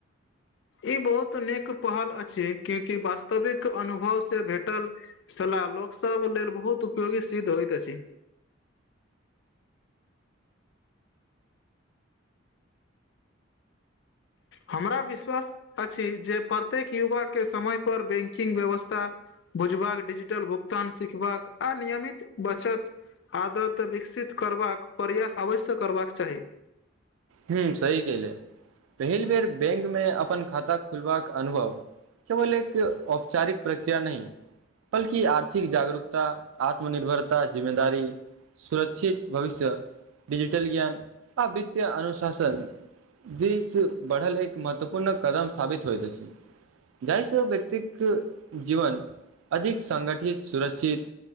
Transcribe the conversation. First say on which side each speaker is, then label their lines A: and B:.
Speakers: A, on the left; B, on the right.
A: ई बहुत नीक पहल अछि क्याकी वास्तविक अनुभव से भेटल सलाह लोक सब लेल बहुत उपयोगी सिद्ध होइत अछि हमरा विश्वास अछि जे प्रत्येक युवा केँ समय पर बैंकिंग व्यवस्था बुझबाक डिजिटल भुगतान सिखबाक आ नियमित बचत आदत विकसित करबाक प्रयास अवश्य करबाक चाही
B: हू सही केहले पहिल बेर बैंक मे अपन खाता खुलबाक अनुभव केवल एक औपचारिक प्रक्रिया नहि बल्कि आर्थिक जागरूकता आत्मनिर्भरता जिम्मेदारी सुरक्षित भविष्य डिजिटल ज्ञान आ वित्तय अनु शासन दिश बढ़ल एक महत्वपूर्ण कदम साबित होइत अछि जाहिसँ व्यक्तिक जीवन अधिक संगठित सुरक्षित